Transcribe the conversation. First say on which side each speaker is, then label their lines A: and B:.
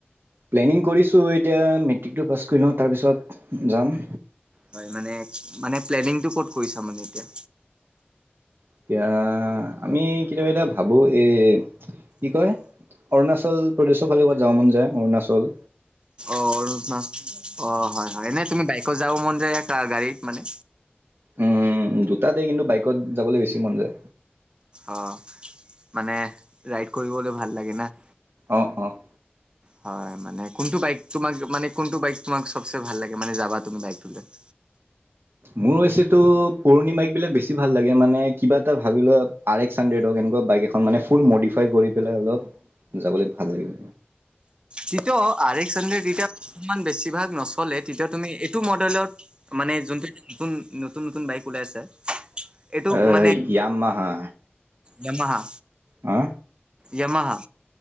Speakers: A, on the right (about 70°); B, on the right (about 25°).
A: প্লেনিং কৰিছোঁ এতিয়া মেট্ৰিকটো পাছ কৰি লওঁ, তাৰপিছত যাম।
B: হয় মানে, মানে প্লেনিংটো ক'ত কৰিছা মানে এতিয়া?
A: এতিয়া, আমি কেতিয়াবা কেতিয়াবা ভাবো এই কি কয় অৰুণাচল প্ৰদেশৰ ফালে ক'ৰবাত যাব মন যায়, অৰুণাচল
B: অ'। অ', হয় হয়, এনেই তুমি বাইকত যাব মন যায় নে গাড়ীত মানে?
A: উম, দুটাতেই, কিন্তু বাইকত যাবলৈ বেছি মন যায়।
B: অ, মানে ৰাইড কৰিবলৈ ভাল লাগে না।
A: অ', অ'।
B: হয় মানে কোনটো বাইক তোমাক মানে কোনটো বাইক তোমাক চবে ভাল লাগে মানে যাবা তুমি বাইকটোলৈ উ <inaudible>
A: মোৰ বেচি টো পুৰণি বাইক বিলাক বেছি ভাল লাগে মানে কিবা এটা ভাবি লোৱা আৰ এক্স হান্দ্ৰেদ বাইক এখন মানে ফুল মডিফাইড কৰি পেলাই, অলপ যাবলৈ ভাল লাগিব।
B: তেতিয়াও আৰ এক্স হান্দ্ৰেদ তেতিয়ামান বেছিভাগ নচলে তেতিয়া তুমি এইটো মডেলত মানে যোনটো নতুন, নতুন, নতুন বাইক ওলাই আছে। এইটো
A: অ'
B: মানে
A: য়ামাহা
B: য়ামাহা
A: হা
B: য়ামাহা